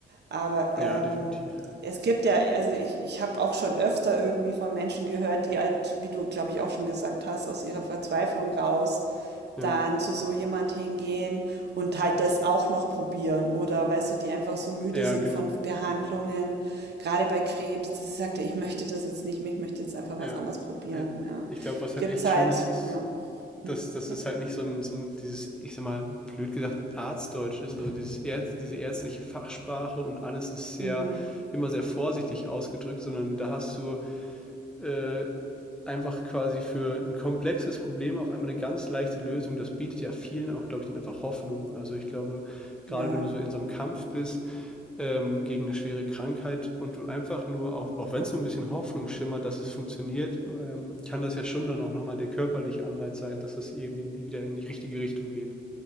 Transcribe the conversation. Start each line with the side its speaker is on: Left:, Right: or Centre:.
Right: aber, ähm,
Centre: ja, definitiv.
Right: es gibt ja also, ich ich habe auch schon öfter irgendwie von Menschen gehört, die halt, wie du, glaube ich, auch schon gesagt hast, aus ihrer Verzweiflung raus
Centre: Ja,
Right: Dann zu so jemand hingehen und halt das auch noch probieren oder weißt du, die einfach so müde
Centre: ja,
Right: sind
Centre: genau.
Right: von Behandlungen, gerade bei Krebs, dass sie sagte: „Ich möchte das jetzt nicht mehr, ich möchte jetzt einfach
Centre: Ja,
Right: was anderes probieren“,
Centre: ja.
Right: ja.
Centre: Ich glaube, was halt
Right: Gibt's
Centre: echt
Right: halt,
Centre: schön ist, ist,
Right: ja.
Centre: dass,
Right: Hm,
Centre: dass
Right: ja.
Centre: es halt nicht so ein, so ein, dieses, ich sag mal, blöd gesagt, Arztdeutsch ist, also dieses Ärz, diese ärztliche Fachsprache und alles ist sehr,
Right: Mhm.
Centre: immer sehr vorsichtig ausgedrückt, sondern da hast du äh, einfach quasi für ein komplexes Problem auf einmal eine ganz leichte Lösung. Das bietet ja vielen auch, glaube ich, dann einfach Hoffnung. Also ich glaube, gerade
Right: Ja,
Centre: wenn du so in so einem Kampf bist, ähm, gegen eine schwere Krankheit und du einfach nur auch auch wenn es nur ein bisschen Hoffnung schimmert, dass es funktioniert, ähm, kann das ja schon dann auch noch mal der körperliche Anreiz sein, dass es irgendwie wieder in die richtige Richtung geht.